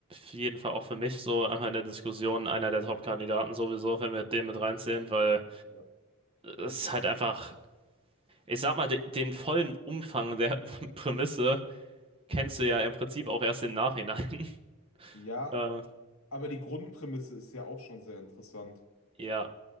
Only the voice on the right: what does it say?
jeden Fall auch für mich so einfach in der Diskussion einer der Top-Kandidaten sowieso, wenn wir den mit reinziehen, weil
es ist halt einfach, ich sag mal, de den vollen Umfang der <laughs> Prämisse kennst du ja im Prinzip auch erst im Nachhinein. <laughs>
Ähm,
ja.